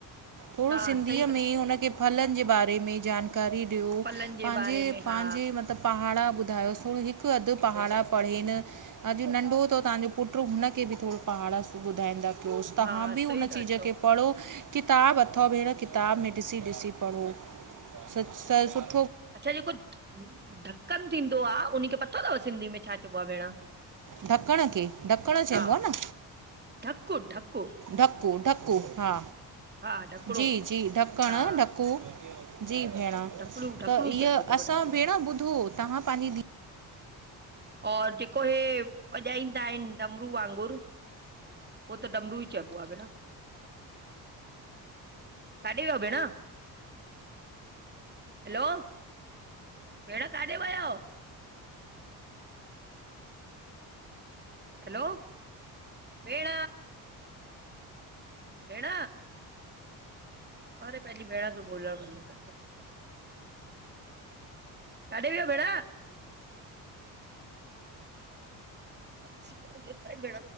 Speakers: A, on the right (about 40°); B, on the right (about 20°).
A: थोड़ो
B: हा
A: सिंधीअ
B: सही
A: में
B: था चओ
A: हुनखे फलनि जे बारे में जान करे ॾियो
B: फलनि जे
A: पांजे
B: बारे में
A: पांजे
B: हा
A: मतब पहाड़ा ॿुधायोस थोड़ो हिक अधि पहाड़ा पढ़ेन अॼु नंढो थव तांजो पुट्र हुनखे बि थोड़ा पहाड़ा ॿुधाईंदा रोज तहां
B: हा
A: बि
B: सही
A: हुन
B: था
A: जी जॻह
B: चओ
A: किताब अथव भेण किताब में ॾिसी ॾिसी पढ़ो स स सुठ
B: अच्छा जेको ढक्कन थींदो आ उन खे पतो थव सिंधी में छा चइबो आ भेण?
A: ढकण खे ढकण चइबो
B: हा
A: आ न।
B: ढकु ढकु
A: ढकु, ढकु हा।
B: हा ढकिणो
A: जी जी। ढकण
B: हा
A: ढकु। जी भेण त
B: ढकड़ू ढकड़ू
A: इअ
B: चइबो अथव
A: असां
B: ढकड़ू
A: भेण ॿुधो तहां पंहिंजी धी
B: और जेको हे वॼाईंदा आहिन डमरू वांगुर? उह त डमरू ई चइबो आहेे भेण। काॾे विया भेण? हेलो! भेण काॾे वयाओ? हेलो! भेण। भेण, अरे पंहिंजी भेण खे ॻोलण वेंदो पेंदो। काॾे विया भेण? <unintelligible> भेण